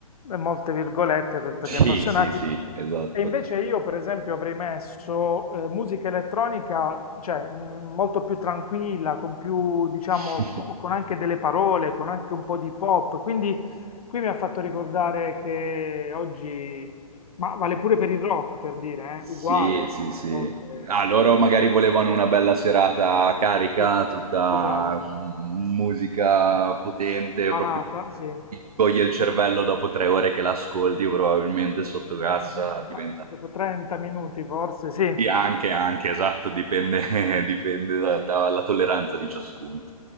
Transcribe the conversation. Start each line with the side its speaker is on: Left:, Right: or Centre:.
Left: eh, molte virgolette per,
Right: Sì,
Left: per gli appassionati.
Right: sì, sì, esatto.
Left: E invece io, per esempio, avrei messo eh, musica elettronica, cioè, mh, molto più tranquilla, con più, diciamo,
Right: <laughs>
Left: co- con anche delle parole, con anche un po' di pop. Quindi qui mi ha fatto ricordare che oggi, ma vale pure per il rock, per dire,
Right: Sì,
Left: eh, uguale,
Right: sì, sì.
Left: a volte.
Right: Ah, loro magari volevano una bella serata carica,
Left: Sì,
Right: tutta
Left: esatto.
Right: mm, musica potente,
Left: Parata,
Right: proprio che
Left: sì, è
Right: ti toglie il cervello
Left: vero.
Right: dopo tre ore che l'ascolti, probabilmente sotto cassa
Left: <laughs> Ma
Right: diventa...
Left: dopo 30 minuti forse, sì.
Right: Sì, anche, anche, esatto, dipende, <laughs> dipende da- dalla tolleranza di ciascuno.